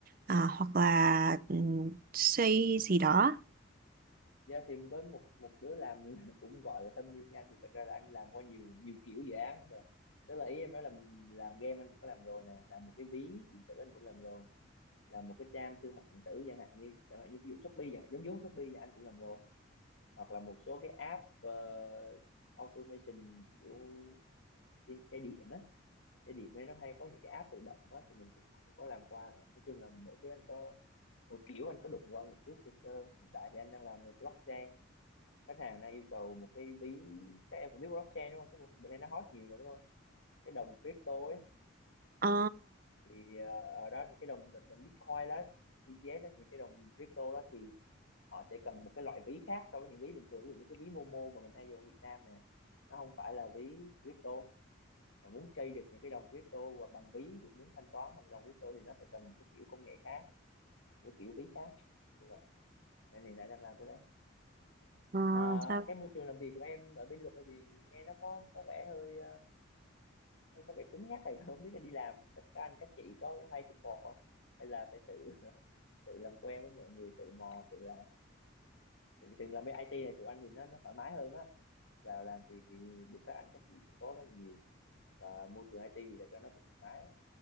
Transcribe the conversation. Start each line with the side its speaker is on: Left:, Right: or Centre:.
Right: à, hoặc là
Left: ừ.
Right: ừm, xây gì đó.
Left: Dạ thì với một một đứa làm <laughs> cũng gọi là thâm niên như anh thì thật ra là anh làm qua nhiều nhiều kiểu dự án rồi tức là ý em nói là làm game anh cũng có làm rồi nè làm một cái ví điện tử anh cũng làm rồi làm một cái trang thương mại điện tử chẳng hạn như chẳng hạn như ví dụ Shopee chẳng hạn giống giống Shopee là anh cũng làm rồi hoặc là một số cái app ờ, automation kiểu đi xe điện á xe điện nên nó hay có những cái app tự động á thì mình cũng cũng có làm qua rồi nói chung là mỗi thứ anh có một kiểu anh có đụng qua một chút sơ sơ hiện tại thì anh đang làm về blockchain khách hàng đang yêu cầu một cái ví các em cũng biết blockchain đúng không cái bữa nay nó hot nhiều mà đúng không cái đồng crypto ấy
Right: Ờ,
Left: thì ờ, ở đó những cái đồng đồng Bitcoin đó ETH đó những cái đồng crypto đó thì họ sẽ cần một cái loại ví khác so với những ví bình thường ví dụ như cái ví Momo mà mình hay dùng ở Việt Nam nè nó không phải là ví crypto mà muốn chơi được những cái đồng crypto hoặc bằng ví ví dụ muốn thanh toán bằng đồng crypto thì nó sẽ cần một cái kiểu công nghệ khác một cái kiểu ví khác như vậy nên thì lại đang làm cái đấy
Right: ờ,
Left: mà
Right: sao?
Left: cái môi trường làm việc của em ở bên luật thì nghe nó có có vẻ hơi ờ, nó có vẻ cứng nhắc này <laughs> không biết là đi làm các anh các chị có hay support không hay là phải tự <laughs> tự làm quen với mọi người tự mò tự làm tại vì thường làm bên IT này tụi anh thì nó nó thoải mái hơn á vào làm thì thì được các anh các chị support rất nhiều và môi trường IT thì là nó cũng thoải mái á.